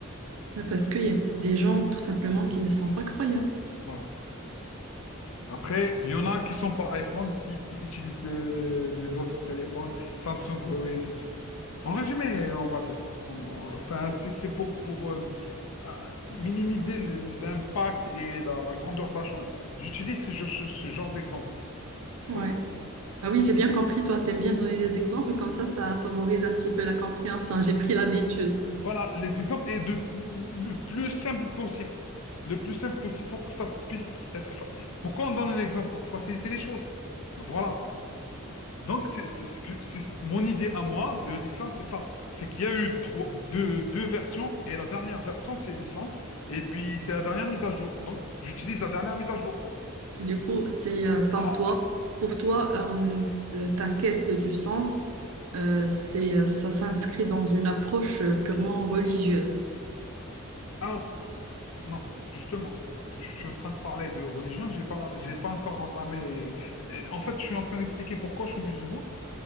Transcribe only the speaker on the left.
Voilà. Après, il y en a qui sont pas iPhone, qui, qui utilisent euh, le- les autres téléphones, Samsung, Huawei, et ainsi de suite. En résumé, on va dire. En- Enfin, c'est c'est pour, pour euh, euh, minimiser le- l'impact et la, la grandeur de la chose, j'utilise ce, genre- ce ce genre d'exemple.
OK?
Voilà, les exemples et de le plus simple possible. Le plus simple possible pour que ça puisse être. fa- Pourquoi on donne un exemple? Pour faciliter les choses. Donc voilà. Donc c'est c'est ce que- c'est mon idée à moi de l'islam, c'est ça. C'est qu'il y a eu trois, deux, deux versions et la dernière version, c'est l'islam. Et puis c'est la dernière mise à jour. Donc j'utilise la dernière mise à jour, quoi.
Voilà.
Alors, non, justement. Je suis en train de parler de religion, j'ai pas, j'ai pas encore entamé. et- En fait, je suis en train d'expliquer pourquoi je suis musulman.